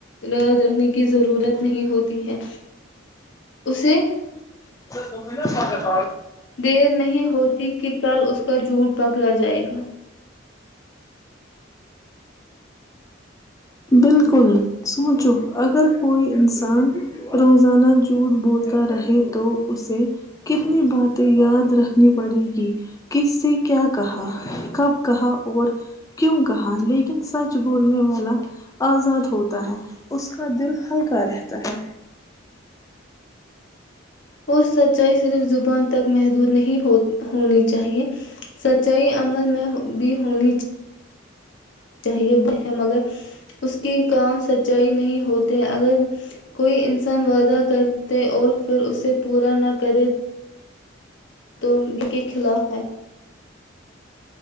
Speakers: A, on the left; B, on the left.
A: یاد رکھنے کی ضرورت نہیں ہوتی ہے اسے
B: <inaudible>
A: دیر نہیں ہوتی کے کال اس کا جٹ پکڑا جائے گا
B: بالکل سوچو اگر کوئی انسان روزانہ جھوٹ بولتا رہے تو اسے کتنی باتیں یاد رکھنی پڑے گی کس سے کیا کہا کب کہا اور کیوں کہا لیکن سچ بولنے والا آزاد ہوتا ہے اس کا دل ہلکا رہتا ہے
A: اور سچائی صرف زبان تک محدود نہیں ہونی چاہیئے سچائی عمل میں بھی ہونی چ چاہیے ہے مگر اس کی کام سچائی نہیں ہوتے اگر کوئی انسان وعدہ کرتے اور پھر اسے پورا نہ کرے تو انب کے خلاف ہے